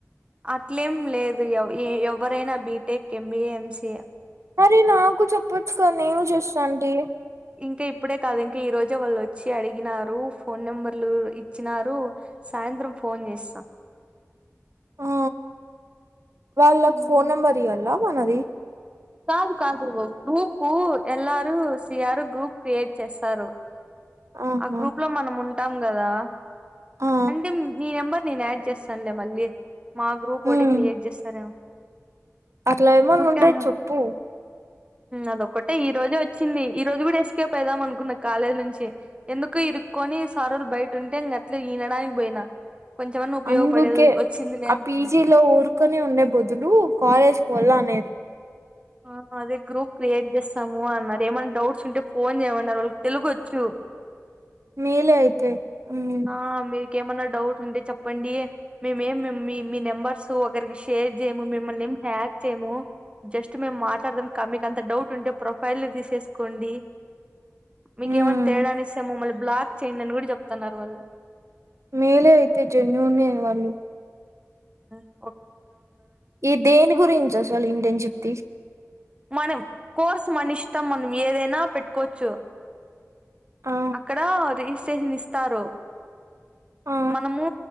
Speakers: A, on the right (about 20°); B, on the right (about 60°).
A: అట్లేం లేదు ఏ ఎవరైనా BTech M B A M C A
B: మరి నాకూ చెప్పచ్చు గా నేనూ చేస్తా ఉంటి
A: ఇంకా ఇప్పుడే కాదు ఇంకా ఈ రోజే వాళ్ళు వచ్చి అడిగినారు ఫోన్ నెంబర్లు ఇచ్చినారు సాయంత్రం ఫోన్ చేస్తాం
B: ఆ వాళ్ళకు
A: మ్మ్.
B: ఫోన్ నెంబర్ ఇవ్వాలా ఉనాది
A: కాదు కా గ్రూపు ఎల్లరు సిఆర్ గ్రూప్ క్రియేట్ చేస్తారు
B: ఆహా
A: ఆ గ్రూప్ లో మనం ఉం ఉంటాం కదా
B: ఆ
A: అంటే నీ నెంబర్ నేను యాడ్ చేస్తానులే మళ్ళీ మా గ్రూప్ ఒకటి
B: ఉమ్
A: క్రియేట్ చేస్తారేమో
B: అట్లా ఏమన్నా
A: ఊరికే
B: ఉండే
A: ఆహా.
B: చెప్పు
A: అదొక్కటే ఈ రోజే వచ్చింది ఈ రోజు కూడా ఎసుకే పోయిదాం అనుకున్న కాలేజీ నుంచి ఎందుకు ఇరుక్కొని సారులు బయటంటే ఇంట్లా ఈనడానికి పోయినా కొంచెమన్నా ఉపయోగపడేది
B: అందుకే
A: వచ్చింది లే
B: ఆ
A: అనుకున్నా
B: పీజీ లో ఊరుకొని ఉండే బదులు కాలేజ్ వలా అనేది
A: ఆ అదే గ్రూప్ క్రియేట్ చేస్తాము అన్నారు ఏమన్నా డౌట్స్ ఉంటే ఫోన్ చేయమన్నారు వాళ్ళకి తెలుగొచ్చు
B: మేల అయితే ఉమ్
A: ఆ మీ ఏమన్నా డౌట్ ఉంటే చెప్పండి మేముేం మీ మీ నెంబర్స్ ఒకరికి షేర్ చేయము మిమ్మల్ని ఏం హ్యాక్ చేయము జస్ట్ మేము మాట్లాడదాం మీకు అంత డౌట్ ఉంటే ప్రొఫైల్ తీసేసుకోండి మీక
B: ఉమ్
A: ఏమంత తేడా అస్తే ముమ్ల్ బ్లాక్ చేయయిందని కూడా చెప్తున్నారు సను
B: మేలే అయితే జన్యూన్న్ వాళ్ళు
A: ఆహా
B: ఈ దేని గురించి అసలు ఇంటర్న్షిప్ తీ
A: మనం కోర్స్ మని ఇష్టం మనం ఏదైనా పెట్టుకోవచ్చు
B: ఆ
A: అక్కడ అది అప్లికేషన్ ఇస్తారు
B: ఆ
A: మనము